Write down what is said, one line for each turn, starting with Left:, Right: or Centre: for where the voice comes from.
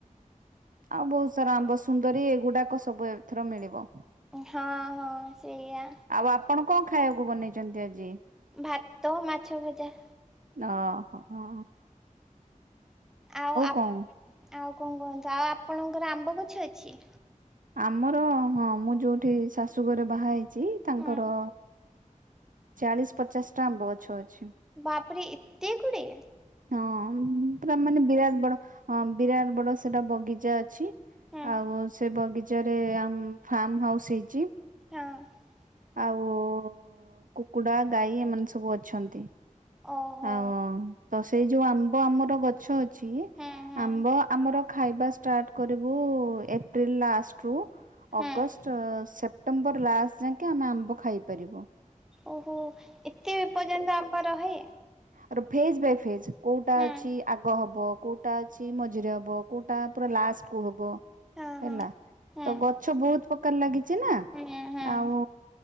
Right: ଆଉ ବହୁତ ସାରା ଆମ୍ବ ସୁନ୍ଦରୀ ଏଗୁଡ଼ାକ ସବୁ ଏଥର ମିଳିବ।
Centre: ହଁ ହଁ ସେଇଆ।
Right: ଆଉ ଆପଣ କଂ ଖାଇବାକୁ ବନେଇଛନ୍ତି ଆଜି।
Centre: ଭାତ ମାଛ ଭଜା।
Right: ଓହୋ ହଁ।
Centre: ଆଉ ଆ
Right: କଣ?
Centre: ଆଉ କଂ କୁହନ୍ତୁ ଆଉ ଆପଣଙ୍କର ଆମ୍ବ ଗଛ ଅଛି।
Right: ଆମର ହଁ ମୁଁ ଯୋଉଠି ଶାଶୁଘରେ ବାହା ହେଇଛି ତାଙ୍କର
Centre: ହୁଁ
Right: ଚାଳିଶି ପଚାଶ ଟା ଆମ୍ବ ଗଛ ଅଛି।
Centre: ବାପରେ ଏତେ ଗୁଡ଼େ।
Right: ହଁ ପୁରା ମାନେ ବିରାଟ ବଡ ହଁ ବିରାଟ ବଡ ସେଟା ବଗିଚା ଅଛି।
Centre: ହୁଁ
Right: ଆଉ ସେ ବଗିଚା ରେ ଆମ୍ ଫାର୍ମ ହାଉସ ହେଇଛି।
Centre: <inaudible>
Right: ଆଉ କୁକୁଡ଼ା ଗାଈ ଏମାନେ ସବୁ ଅଛନ୍ତି।
Centre: ଓହୋ।
Right: ଆଉ ତ ସେଇ ଯୋଉ ଆମ୍ବ ଆମର ଗଛ ଅଛି
Centre: ହୁଁ ହୁଁ
Right: ଆମ୍ବ ଆମର ଖାଇବା ଷ୍ଟାର୍ଟ କରିବୁ ଏପ୍ରିଲ ଲାଷ୍ଟ ରୁ
Centre: ହୁଁ
Right: ଅଗଷ୍ଟ ସେପ୍ଟେମ୍ବର ଲାଷ୍ଟ ଯାଙ୍କେ ଆମେ ଆମ୍ବ ଖାଇପାରିବୁ।
Centre: ଓହୋ ଏତେ ପର୍ଯ୍ୟନ୍ତ ଆମ୍ବ ରହେ।
Right: ଆର ଫେଜ ବାଇ ଫେଜ କୋଉଟା
Centre: ହୁଁ।
Right: ଅଛି ଆଗ ହବ କୋଉଟା ଅଛି ମଝିରେ ହବ। କୋଉଟା ପୁରା ଲାଷ୍ଟ କୁ ହବ।
Centre: ହଁ
Right: ହେଲା
Centre: ହଁ। ହଁ
Right: ତ ଗଛ ବହୁତ ପ୍ରକାର ଲାଗିଛି ନା
Centre: ହଁ ହଁ
Right: ଆଉ